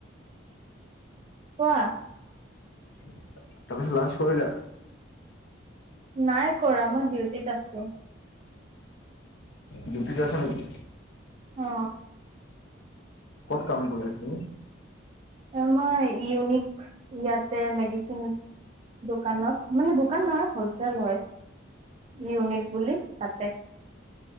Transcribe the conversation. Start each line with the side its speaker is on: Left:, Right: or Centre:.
Right: কোৱা।
Left: তাৰপাছত লাঞ্চ কৰিলা?
Right: নাই কৰা। মই ডিউটিত আছো।
Left: ডিউটিত আছা নেকি?
Right: অ।
Left: ক'ত কাম কৰি আছে?
Right: আ মই ইউনিক ইয়াতে মেডিচিন দোকানত মানে দোকান নহয় হলচেল হয়। ইউনিট বুলি তাতে।